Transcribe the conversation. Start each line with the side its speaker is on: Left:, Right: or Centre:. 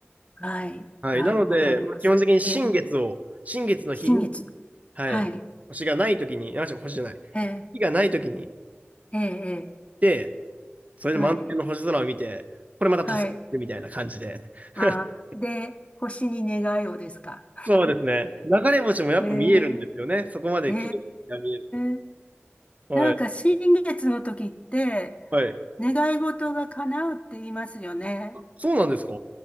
Left: はい、
Right: はい。
Left: はい、
Right: なので、
Left: わかります。
Right: まあ基本的に新月を、
Left: ええ、
Right: 新月の日に、
Left: 新月。
Right: はい。
Left: はい、
Right: 星がない時に、あ、違う星じゃない。
Left: ええ、
Right: 月がない時に、
Left: ええ、ええ
Right: で、それで満天の星空を見て、
Left: はい、
Right: これまた黄昏みたいな感じで。
Left: はい。
Right: <laughs>
Left: ああ、で、星に願いをですか。
Right: そうですね。流れ星もやっぱ見えるんですよね。
Left: <laughs> ええ、
Right: そこまで綺麗に見えると。
Left: ええ、
Right: はい。
Left: なんか新月の時って
Right: はい。
Left: 願い事が叶うって言いますよね。
Right: そうなんですか